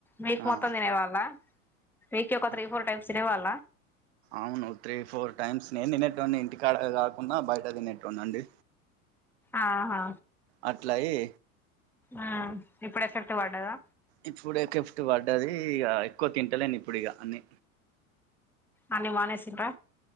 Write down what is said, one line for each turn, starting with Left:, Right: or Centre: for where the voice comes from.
Centre: వీక్ మొత్తం
Right: ఆ
Centre: తినేవాళ్ళ వీక్ కి ఒక
Right: అంటే
Centre: త్రీ ఫోర్ టైమ్స్ తినేవాళ్ళ
Right: అవును త్రీ ఫోర్ టైమ్స్ నేను తినేటోన్ని ఇంటికాడ కాకుండా బయట తినాటోన్నీ అండి
Centre: ఆహా
Right: అట్లయి
Centre: ఆ ఇప్పుడు ఎపెక్ట్ పడ్డదా
Right: ఇప్పుడు ఎపెక్ట్ పడ్డది ఇగా ఎక్కువ తింటలేను ఇప్పుడు ఇగా అన్ని
Centre: అన్ని మానేసిండ్ర